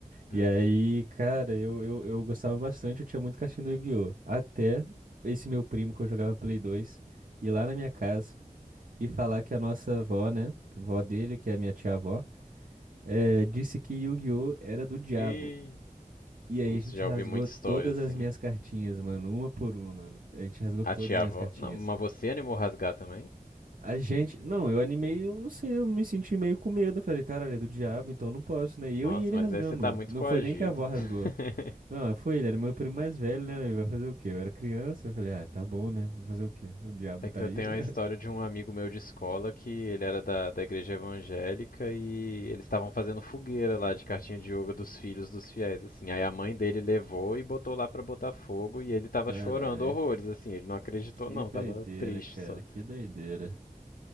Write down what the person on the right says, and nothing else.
E aí, cara, eu, eu, eu gostava bastante, eu tinha muito cartinha do Yu-Gi-Oh! Até esse meu primo que eu jogava Play 2 ir lá na minha casa e falar que a nossa avó, né? que Vó dele, que é a minha tia-avó, eh, disse que Yu-Gi-Oh! era do diabo.
E aí
a gente
rasgou
todas
as minhas cartinhas, mano, uma por uma, mano. A gente rasgou
todas
as
minhas cartinhas.
A gente. Não, eu animei, eu não sei, eu me senti meio com medo. Eu falei, caralho, é do diabo, então eu não posso, né? E eu
e ele
rasgamos.
Não
foi nem que a avó
rasgou. Não, foi ele, era meu primo mais velho, né? Ele vai fazer o quê? Eu era criança, eu falei, ah, tá bom, né? Vou fazer o quê? O diabo
tá
aí,
né?
<laughs> Caralho,
que
doideira,
cara,
que doideira.